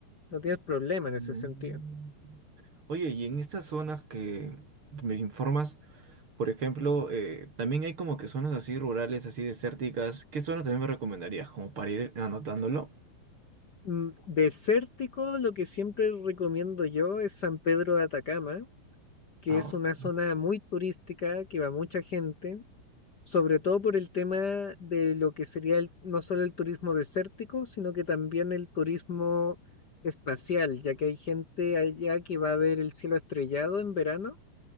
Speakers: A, on the left; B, on the right.
A: no tienes problema
B: Mm.
A: en ese sentido.
B: Oye, y en estas zonas que, que me informas, por ejemplo, eh, también hay como que zonas así rurales, así desérticas. ¿Qué zonas también me recomendarías? Como para ir anotándolo.
A: Mm, Desértico, lo que siempre recomiendo yo es San Pedro de Atacama, que
B: Ah,
A: es una
B: ok.
A: zona muy turística que va mucha gente sobre todo por el tema de lo que sería el- no solo el turismo desértico, sino que también el turismo espacial, ya que hay gente allá que va a ver el cielo estrellado en verano,